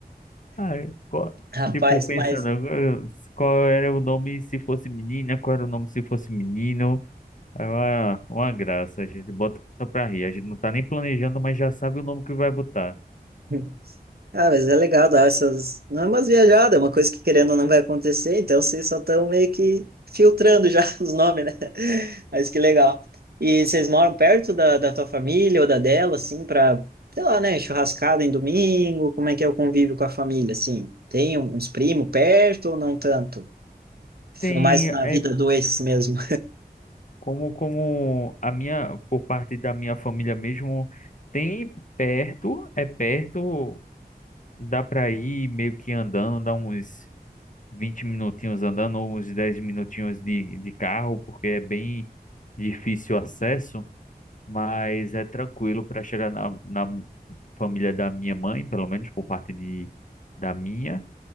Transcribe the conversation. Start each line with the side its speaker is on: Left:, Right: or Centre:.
Left: Ai, qual-
Right: Rapaz,
Left: tipo, pensando
Right: mas
Left: eh, qual era o nome se fosse menina, qual era o nome se fosse menino. É uma, uma graça, a gente bota pra rir. A gente não tá nem planejando, mas já sabe o nome que vai botar.
Right: <laughs> Ah, mas é legal dar essas. Não é umas viajadas, é uma coisa que querendo ou não vai acontecer, então vocês só estão meio que filtrando já <laughs> os nomes, né? Mas que legal. E vocês moram perto da, da tua família ou da dela, assim, pra, sei lá, né, churrascada em domingo? Como é que é o convívio com a família, assim? Tem um, uns primos perto ou não tanto?
Left: Tem,
Right: Mais na
Left: é
Right: vida do ex mesmo.
Left: como, como a minha, por parte da minha família mesmo, tem perto, é perto, dá pra ir meio que andando, dá uns 20 minutinhos andando, ou uns 10 minutinhos de, de carro, porque é bem difícil o acesso, mas é tranquilo para chegar na, na família da minha mãe, pelo menos por parte de, da minha.